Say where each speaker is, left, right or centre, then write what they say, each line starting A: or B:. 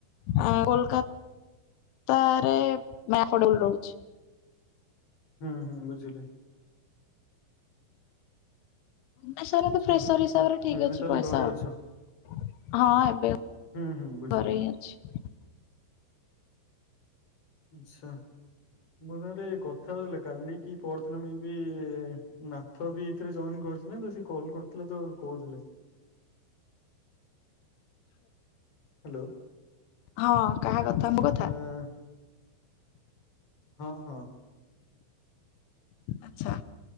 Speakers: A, on the left (about 85°); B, on the left (about 35°).
A: କୋଲକାତା ତାରେ ଆଫଡେବୁଲ ରହୁଛି।
B: ହୁଁ ହୁଁ ବୁଝିଲି।
A: ନା ସାର
B: ଆଚ୍ଛା
A: ଫ୍ରେସର ହିସାବରେ ଠିକ
B: ଏବେ
A: ଅଛି
B: ତାହେଲେ
A: ପଇସା
B: ଘରେ
A: ଆଉ।
B: ଅଛ
A: ହଁ ଏବେ
B: ହୁଁ ହୁଁ ବୁଝିଲି
A: ଘରେ ହିଁ ଅଛି।
B: ଆଚ୍ଛା। ମୋ ପାଖରେ କଥା ହଉଥିଲା କାଲି କି ପର ଦିନ ମେ ବି ନାଥ ବି ଏଥିରେ ଜଏନ କରୁଥିଲା ସେ କଲ କରୁଥିଲେ ତ କହୁଥିଲେ। ହ୍ୟାଲୋ
A: ହଁ କାହା କଥା ମୋ କଥା।
B: ମା- ହଁ ହଁ।
A: ଆଛା।